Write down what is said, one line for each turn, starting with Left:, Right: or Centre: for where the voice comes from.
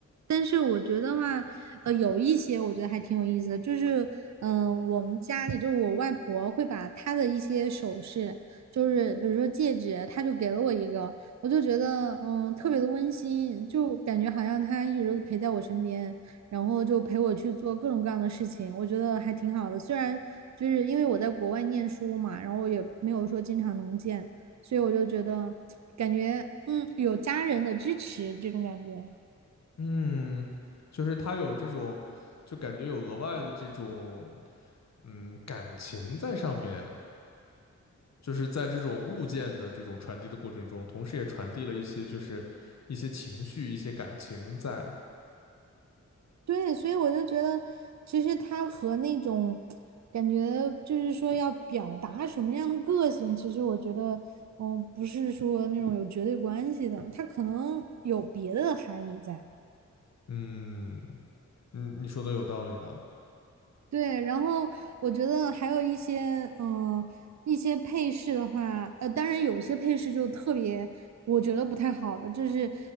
Right: 但是我觉得话，呃，有一些我觉得还挺有意思的，就是嗯、呃我们家里就是我外婆会把她的一些首饰，就是比如说戒指，她就给了我一个，我就觉得嗯特别的温馨，就感觉好像她一直都陪在我身边，然后就陪我去做各种各样的事情，我觉得还挺好的。虽然就是因为我在国外念书嘛，然后我也没有说经常能见。所以我就觉得感觉嗯有家人的支持这种感觉，
Left: 嗯，就是他有这种，就感觉有额外的这种，嗯，感情在上面，就是在这种物件的这种传递的过程中，同时也传递了一些就是一些情绪、一些感情在。
Right: 对，所以我就觉得其实他和那种感觉就是说要表达什么样的个性，其实我觉得嗯不是说那种有绝对关系的，他可能有别的含义在。
Left: 嗯嗯，你说的有道理的。
Right: 对，然后我觉得还有一些，嗯、一些配饰的话，呃，当然有些配饰就特别，我觉得不太好的，就是，